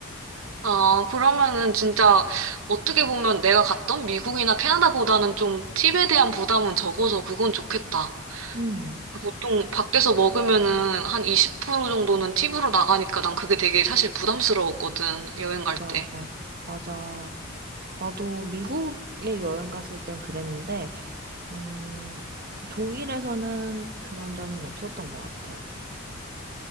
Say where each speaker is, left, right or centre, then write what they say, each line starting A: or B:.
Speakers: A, on the right; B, on the right.
A: 아, 그러면은 진짜 어떻게 보면 내가 갔던 미국이나 캐나다보다는 좀 팁에 대한 부담은 적어서 그건 좋겠다.
B: 음,
A: 그 보통 밖에서 먹으면은 한 20% 정도는 팁으로 나가니까 난 그게 되게 사실 부담스러웠거든, 여행 갈
B: 맞아,
A: 때.
B: 맞아. 나도 미국에 여행 갔을 땐 그랬는데, 음, 독일에서는 그런 점은 없었던 것 같아.